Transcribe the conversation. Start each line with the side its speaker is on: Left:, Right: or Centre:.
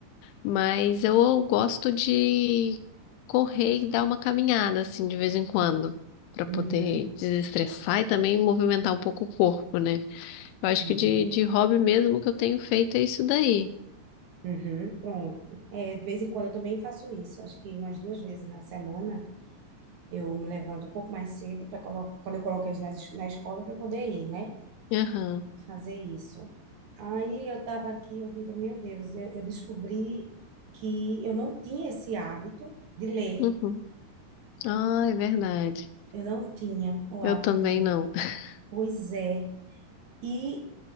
Left: Mas eu gosto de correr e dar uma caminhada, assim, de vez em quando, para
Right: uhum,
Left: poder desestressar e também movimentar um pouco o corpo, né? Eu acho
Right: uhum,
Left: que de, de hobby mesmo que eu tenho feito é isso daí.
Right: uhum. Pronto. É, de vez em quando eu também faço isso. Acho que umas duas vezes na semana eu me levanto um pouco mais cedo para quando eu coloco eles na, es- na escola para poder ir, né?
Left: Aham.
Right: fazer isso. Aí eu estava aqui, eu digo, meu Deus, eu, eu descobri que eu não tinha esse hábito de ler.
Left: Uhum. Ah, é verdade.
Right: Eu não tinha o hábito
Left: Eu também
Right: de ler.
Left: não. <laughs>
Right: Pois é. E